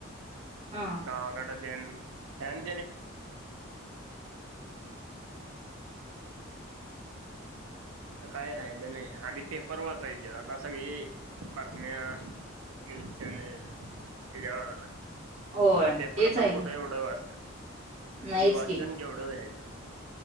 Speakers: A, on the right; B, on the right.
A: हा
B: गावाकडं त्यांनी. फॅन काय राहिलं नाही आणि पेपर वाचायचे आता सगळी म न्यूज चॅनल यावरून या.
A: होय
B: आता पेपर
A: तेच
B: पण
A: आहे
B: कुठे एवढं वाचत्यात.
A: नाहीच
B: आधी वाचन
A: की
B: केवढं व्हायचं.